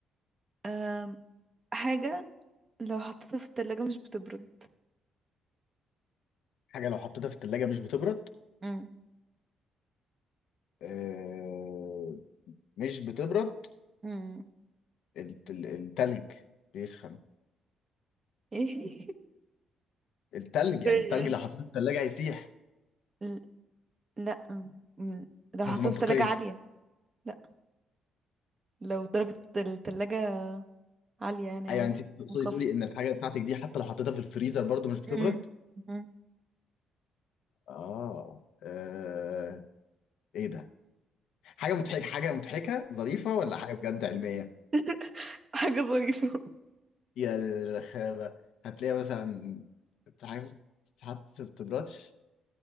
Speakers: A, on the right (about 30°); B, on the left (about 80°).
A: أم حاجة لو حطيتها في التلاجة مش بتبرد
B: حاجة لو حطيتها في التلاجة مش بتبرد
A: مم.
B: آه مش بتبرد
A: مم.
B: الت- ال- التلج بيسخن
A: ايه <laughs>
B: التلج يعني
A: إيه
B: التلج
A: يعني
B: لو حطيته في التلاجة هيسيح
A: ل- لا م- لو
B: بس
A: حطيتها
B: منطقيا
A: في تلاجة عالية لا لو درجة التلاجة عالية يعني
B: ايوه
A: عادي
B: يعني انت تقصدي
A: منخفضة
B: تقولي ان الحاجة بتاعتك دي حتى لو حطيتها في الفريزر برضو مش بتبرد
A: مم. مم.
B: اه, آه. ايه ده حاجة مضحكة حاجة مضحكة ظريفة ولا حاجة بجد علمية
A: <laughs> حاجة ظريفة
B: يا رخامة هتلاقي مثلا حاجة تتحط في التبراتش